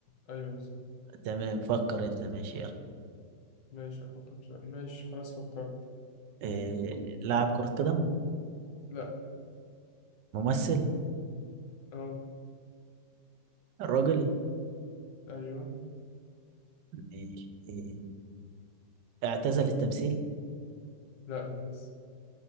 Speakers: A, on the left (about 75°); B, on the right (about 80°).
A: اه ايوه بالظبط
B: تمام فكر انت ماشي يلا
A: ماشي افكر في سؤال. ماشي خلاص فكرت
B: إيه لاعب كرة قدم
A: لا
B: ممثل
A: اه
B: راجل
A: ايوه
B: ماشي إيه اعتزل التمثيل
A: لا بيمثل